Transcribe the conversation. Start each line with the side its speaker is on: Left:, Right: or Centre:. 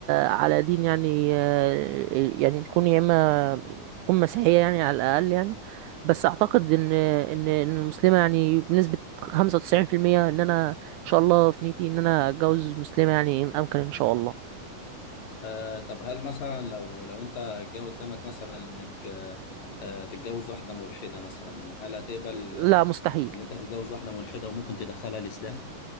Right: على دين يعني آه، يعني تكون يا اما تكون مسيحيه يعني على الاقل يعني بس اعتقد ان ان ان المسلمه يعني بنسبه 95% ان انا ان شاء الله في نيتي ان انا اتجوز مسلمه يعني ان امكن ان شاء الله
Left: آه طب هل مثلا لو لو انت جه قدامك مثلا انك آه آه، تتجوز واحدة ملحدة مثلا هل هتقبل
Right: لا
Left: آه،
Right: مستحيل
Left: ان انت تتجوز واحدة ملحدة وممكن تدخلها الاسلام